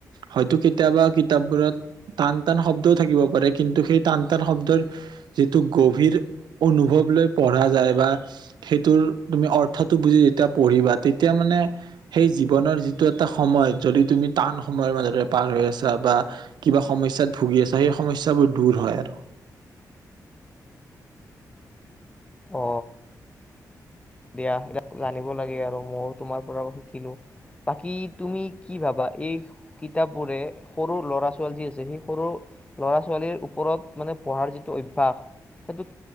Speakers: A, on the right; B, on the left.
A: হয়তো কেতিয়াবা কিতাপবোৰত টান টান শব্দও থাকিব পাৰে কিন্তু সেই টান টান শব্দৰ যিটো গভীৰ অনুভৱ লৈ পঢ়া যায় বা সেইটোৰ তুমি অৰ্থটো বুজি যেতিয়া পঢ়িবা তেতিয়া মানে সেই জীৱনৰ যিটো এটা সময় যদি তুমি টান সময়ৰ মাজৰে পাৰ হৈ আছা বা কিবা সমস্যাত ভুগি আছা সেই সমস্যাবোৰ দূৰ হয় আৰু
B: অ দিয়া জানিব লাগে আৰু ময়ো তোমাৰ পৰা শিকিলো বাকী তুমি কি ভাবা এই কিতাপবোৰে সৰু ল'ৰা ছোৱালী যি আছে সেই সৰু ল'ৰা ছোৱালীৰ ওপৰত মানে পঢ়াৰ যিটো অভ্যাস সেইটো